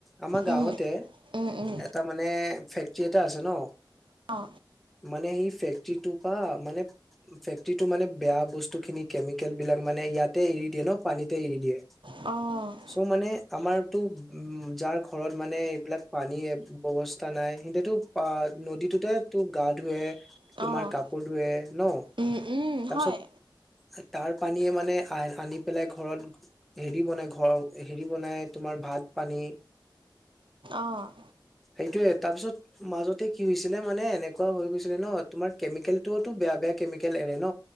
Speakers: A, in the centre; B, on the right.
A: আমাৰ গাঁৱতে,
B: উম উম উম
A: এটা মানে। ফেক্টৰী এটা আছে ন।
B: অ
A: মান স ফেক ফেক্টটো প মানে ফেক্ট টো মানে বেয়া বস্তু খিনি কেমিকেল বিলাক মানে ইয়াতে এৰি দিয়ে ন। পানীতে এৰি দিয়ে।
B: অ',
A: চ' মানে আমাৰ। তো যাৰ ঘৰত মানে এইবিলাক পানী ব্যৱস্থা নাই সিন্ততো প নদীটোতে তো গা ধুৱে।
B: অ',
A: তোমাৰ কাপোৰ ধোৱে ন
B: উম, উম,
A: তাৰপিছত।
B: হয়,
A: তাৰ পানীয়ে মানে আ আনি। পেলাই ঘৰত হেৰি বনাই, ঘৰৰ হেৰি বনাই। তোমাৰ ভাত, পানী
B: অ',
A: সেইটোয়ে। তাৰপিছত মাজতে কি হৈছিলে মানে, এনেকুৱা হৈ গৈছিলে ন তোমাৰ কেমিকেলটো বেয়া-বেয়া কেমিকেল এৰে ন।